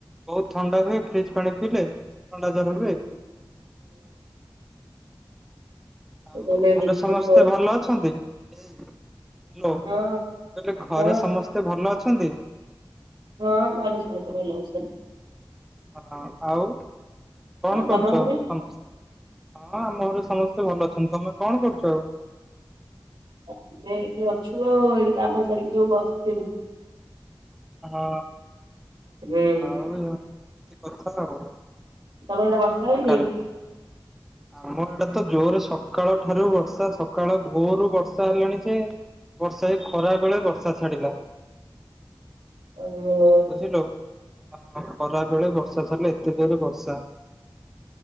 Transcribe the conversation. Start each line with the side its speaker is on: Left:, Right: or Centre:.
Centre: ବହୁତ ଥଣ୍ଡା ହୁଏ ଫ୍ରିଜ୍ ପାଣି ପିଇଲେ। ଥଣ୍ଡା ଜର
Right: ଉମ୍
Centre: ହୁଏ।
Right: ହୁଁ।
Centre: ଆଉ
Right: ଭଲ ମେଡିସିନ
Centre: ଘରେ ସମସ୍ତେ
Right: ଷ୍ଟୋର
Centre: ଭଲ ଅଛନ୍ତି? ଏ ହାଲୋ
Right: ହଁ
Centre: କଲି ଘରେ
Right: ହଁ
Centre: ସମସ୍ତେ ଭଲ ଅଛନ୍ତି?
Right: ହଁ ଘରେ ସମତେ ଭଲଅଛନ୍ତି।
Centre: ହଁ ଆଉ କଣ
Right: ଆଉ
Centre: କରୁଚ
Right: ତମ ଘରେ?
Centre: ସମସ୍ ହଁ ଆମ ଘରେ ସମସ୍ତେ ଭଲ ଅଛନ୍ତି ତମେ କଣ କରୁଚ ଆଉ?
Right: ଆମେ ଏଇଠି ଅଛୁ ଆଉ ଏଇ କାମ ସାରିକି ସବୁ ବସିଥିଲୁ।
Centre: ହଁ
Right: ହୁଁ
Centre: ଆଉ ଏ ଏମିତି କଥା ଆଉ।
Right: ତମ ଆଡ଼େ ବର୍ଷା
Centre: ଆଉ
Right: ହେଇନେଇଁ?
Centre: କାଲି ଆମ ଆଡ଼େ ତ ଜୋରେ ସକାଳ ଠାରୁ ବର୍ଷା ସକାଳ ଭୋରୁ ବର୍ଷା ହେଲାଣି ଯେ ବର୍ଷା ଏଇ ଖରା ବେଳେ ବର୍ଷା ଛାଡ଼ିଲା।
Right: ଓହୋ।
Centre: ବୁଝିଲୁ ହଁ ଖରାବେଳେ ବର୍ଷା ଛାଡ଼ିଲା ଏତେ ଜୋରେ ବର୍ଷା।